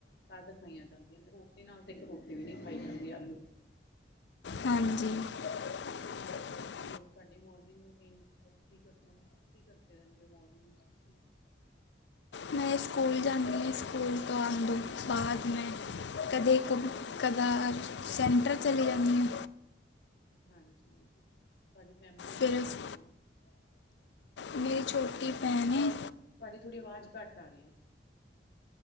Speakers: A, on the left; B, on the left.
A: ਤੱਦ ਖਾਈਆਂ ਜਾਂਦੀਆਂ ਨੇ ਰੋਟੀ ਨਾਲ ਤੇ ਇੱਕ ਰੋਟੀ ਵੀ ਨੀ ਖਾਈ ਜਾਂਦੀ ਆਲੂ ਬੈਂਗਣ ਨਾਲ।
B: ਹਾਂਜੀ। <inaudible>
A: ਹਾਂਜੀ ਹੋਰ ਤੁਹਾਡੀ ਮੋਰਨਿੰਗ ਰੂਟੀਨ ਕੀ ਐ ਕੀ ਕਰਨਾ ਬਸ ਕੀ ਕਰਦੇ ਰਹਿੰਦੇ ਹੋ ਮੋਰਨਿੰਗ ਤੁਸੀਂ।
B: ਮੈਂ ਸਕੂਲ ਜਾਂਨੀ ਆਂ, ਸਕੂਲ ਤੋਂ ਆਉਣ ਤੋ ਬਾਦ ਮੈਂ, ਕਦੇ ਕ ਕਦਾ ਸੈਂਟਰ ਚਲੀ ਜਾਂਦੀ ਆ।
A: ਹਾਂਜੀ ਤੁਹਾਡੀ ਫੈਮਲੀ ਚ
B: ਫਿਰ
A: ਕੌਣ
B: ਉਸ-
A: ਕੌਣ ਐ।
B: ਮੇਰੀ ਛੋਟੀ ਭੈਣ ਐ।
A: ਤੁਹਾਡੀ ਥੋੜ੍ਹੀ ਆਵਾਜ਼ ਘੱਟ ਆ ਰਹੀ ਹੈ।